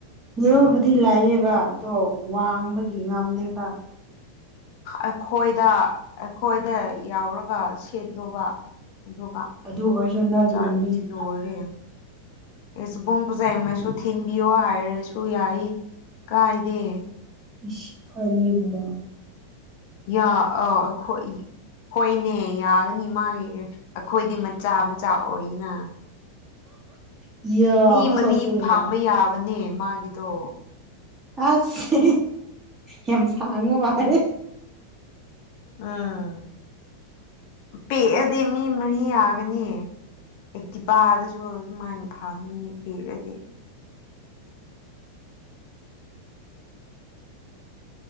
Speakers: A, on the right; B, on the left.
A: ꯃꯤꯑꯣꯣꯕꯨꯗꯤ ꯂꯥꯛꯑꯦꯕ ꯑꯗꯣ ꯋꯥꯡꯕꯗꯤ ꯉꯝꯗꯦꯕ
B: ꯑꯩꯈꯣꯏꯗ ꯑꯩꯈꯣꯏꯗ ꯌꯥꯎꯔꯒ ꯁꯦꯠꯂꯨꯕ ꯑꯗꯨꯒ
A: ꯑꯗꯨ ꯑꯣꯏꯔꯁꯨ ꯅꯣꯏꯒꯤ
B: ꯆꯥꯠꯗꯤ
A: ꯂꯝꯕꯤꯁꯦ
B: ꯂꯣꯏꯔꯦ ꯑꯦꯕꯨꯡ ꯄꯨꯖꯩꯉꯩꯁꯨ ꯊꯤꯟꯕꯤꯌꯣ ꯍꯥꯏꯔꯁꯨ ꯌꯥꯏ ꯀꯥꯏꯥꯏꯗꯦ
A: ꯏ ꯐꯅꯤ ꯄꯨ꯭ꯔ
B: ꯌꯥ ꯑꯈꯣꯏ ꯍꯣꯏꯅꯦ ꯌꯥꯒꯅꯤ ꯃꯥꯒꯤ ꯑꯩꯈꯣꯏꯗꯤ ꯃꯆꯥ ꯃꯆꯥ ꯑꯣꯏꯅ
A: ꯌꯥ
B: ꯃꯤ
A: ꯍꯧꯖꯤꯛꯁꯨꯏꯗ
B: ꯃꯔꯤ ꯐꯥꯝꯕ ꯌꯥꯕꯅꯦ ꯃꯥꯒꯤꯗꯣ
A: ꯑꯁ ꯌꯥꯝ ꯁꯥꯡꯉꯣ ꯃꯥꯔꯦ
B: ꯎꯝ ꯄꯦꯛꯑꯗꯤ ꯃꯤ ꯃꯔꯤ ꯌꯥꯒꯅꯤ ꯑꯩ ꯗꯤꯄꯥꯗꯁꯨ ꯑꯗꯨꯃꯥꯏꯅ ꯐꯥꯝꯃꯤ ꯃꯤ ꯄꯤꯈ꯭ꯔꯗꯤ